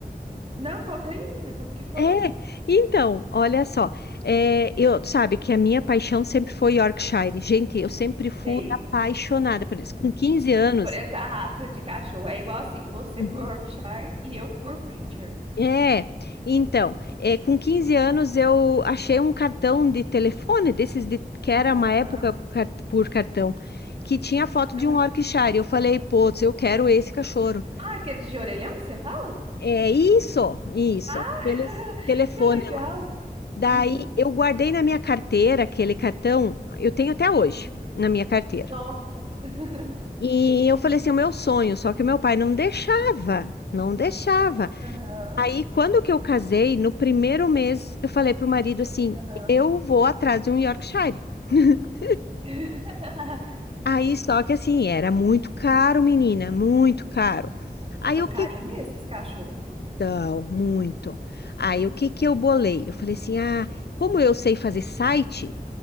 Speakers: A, on the right; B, on the left.
A: Não, conta aí, menina, como que foi?
B: É, então, olha só, é, eu sabe que a minha paixão sempre foi Yorkshire. Gente, eu sempre fui
A: Sei.
B: apaixonada por eles. Com quinze anos,
A: Por essa raça de cachorro. É igual assim, você
B: Uhum.
A: por Yorkshire e eu por Pinscher.
B: É, então, é, com 15 anos eu achei um cartão de telefone, desses de, que era uma
A: Aham.
B: época car- por cartão, que tinha foto de
A: Ah,
B: um Yorkshire. Eu falei, putz, eu quero esse cachorro.
A: Ah, aqueles de orelhão que você fala?
B: É isso, isso,
A: Ah,
B: aquele
A: <laughs>
B: telefone.
A: que legal.
B: Daí
A: Uhum,
B: eu guardei na minha carteira aquele cartão, eu tenho até hoje
A: sim.
B: na minha carteira.
A: Nossa. <laughs>
B: E eu falei assim, "É o meu sonho, só que meu pai não deixava, não deixava.
A: Aham.
B: Aí, quando que eu casei, no primeiro mês, eu falei pro marido assim:
A: Aham.
B: eu vou atrás de um Yorkshire. <laughs>
A: <laughs>
B: Aí, só que assim, era muito caro, menina, muito caro. Aí,
A: É um
B: o que.
A: carinho mesmo esses cachorros.
B: Então, muito. Aí,
A: Uhum.
B: o que que eu bolei? Eu falei assim: ah, como eu sei fazer site,